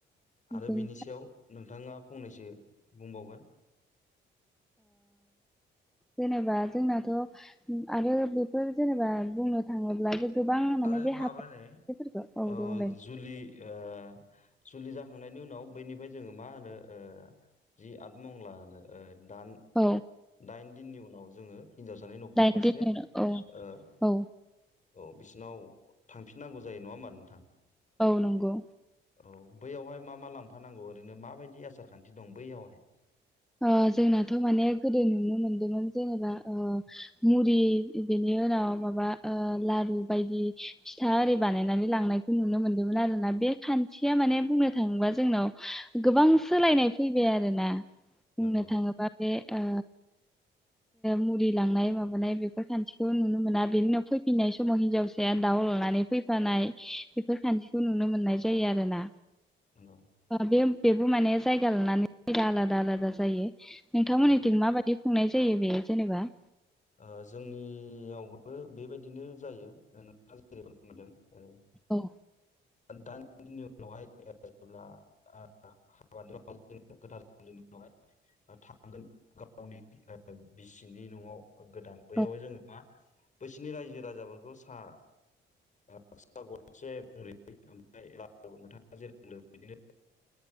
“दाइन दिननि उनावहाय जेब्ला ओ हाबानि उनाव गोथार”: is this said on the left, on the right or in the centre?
Left